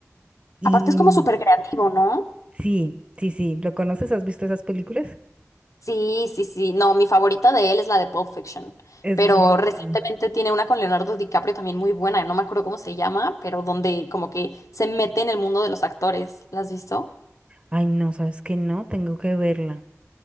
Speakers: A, on the right (about 20°); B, on the left (about 80°).
A: Y
B: Aparte es como súper creativo, ¿no?
A: sí, sí, sí, ¿lo conoces? ¿Has visto esas películas?
B: Sí, sí, sí. No, mi favorita de él es la de Pulp Fiction,
A: Es
B: pero
A: buenísimo.
B: recientemente tiene una con Leonardo DiCaprio también muy buena, no me acuerdo cómo se llama, pero donde como que se mete en el mundo de los actores. ¿La has visto?
A: Ay, no, ¿sabes qué? No, tengo que verla.